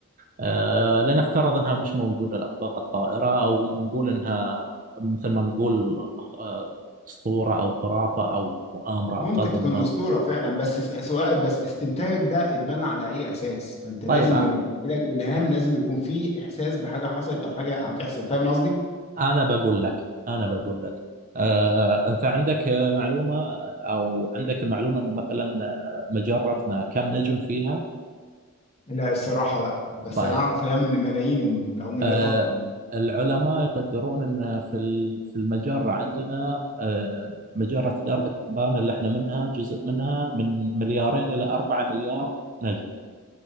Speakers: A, on the right; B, on the left.
A: آه، لنفترض انها مش موجوده الاطباق الطائره او نقول انها مثل ما نقول آه، اسطوره او خرافه او مؤامره
B: ممكن
A: بغض
B: تكون
A: النظر
B: أسطورة فعلا بس س- سؤال بس استنتاجك ده اتبنى على أي أساس؟ ما أنت لازم
A: طيب آه،
B: لما بيجي لك إلهام لازم يكون فيه إحساس بحاجة حصلت أو حاجة هتحصل فاهم قصدي؟
A: انا بقول لك انا بقول لك آه، انت عندك آه، معلومه او عندك المعلومه انه مثلا آه، مجرتنا كم نجم فيها
B: لا الصراحة لا بس
A: طيب
B: أنا أعرف الإلهام ملايين من- أو مليارات
A: آه،
B: كمان.
A: العلماء يقدرون ان في ال- في المجره عندنا آه، مجره درب التبانه اللي احنا منها جزء منها من مليارين الى أربعة مليار نجم